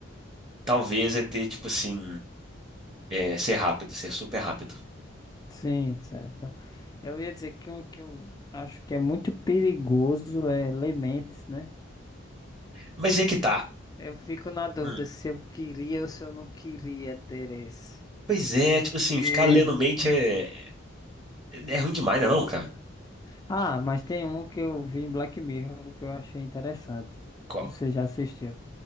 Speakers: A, on the right (about 25°); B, on the left (about 20°).
A: talvez é ter, tipo assim, é, ser rápido, ser super rápido.
B: Sim, certo. Não. Eu ia dizer que um que eu acho que é muito perigoso é Lementes, né?
A: Mas aí é que tá.
B: Eu fico na dúvida
A: Hum.
B: se eu queria ou se eu não queria ter esse.
A: Pois é,
B: Porque.
A: tipo assim, ficar lendo mente é, é ruim demais, né não, cara?
B: Ah, mas tem um que eu vi em Black Mirror que eu achei interessante.
A: Qual?
B: Se você já assistiu.